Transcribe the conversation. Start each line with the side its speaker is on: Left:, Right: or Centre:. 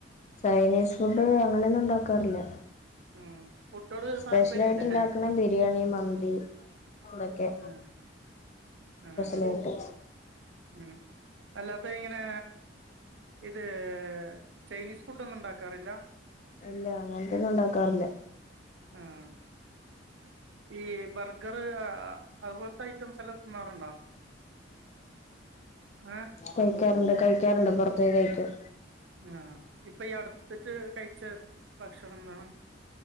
Left: ചൈനീസ് ഫുഡ്ഡ് അങ്ങനൊന്നു ഇണ്ടാക്കാറില്ല.
Right: ഉം. ഫുഡോട്
Left: സ്പെഷ്യലായിട്ട്
Right: താല്പര്യല്ലേ
Left: ഇണ്ടാക്ക്ണെ ബിരിയാണി മന്തി ഇതൊക്കെ
Right: ആഹ് ആഹ്
Left: സ്പെഷലായിട്ട്.
Right: ഉം. അല്ലാത്ത ഇങ്ങനെ ഈഹ് ഇത് ചൈനീസ് ഫുഡ്ഡൊന്നും ഇണ്ടാക്കാറില്ല?
Left: ഇല്ല അങ്ങൻത്തെയൊന്നും ഇണ്ടാക്കാറില്ല.
Right: ആഹ് ഈ ബർഗറ് ആഹ് അത്പോലത്തെ ഐറ്റംസ് എല്ലം തിന്നാറ്ണ്ടാ? ഏഹ്?
Left: കഴിക്കാറ്ണ്ട് കഴിക്കാറ്ണ്ട് പൊറത്ത് പോയി കഴിക്കും.
Right: ആഹ്. ഇപ്പൊ ഈ അട്ത്തിട്ട് കഴിച്ച ഭക്ഷണം എന്താണ്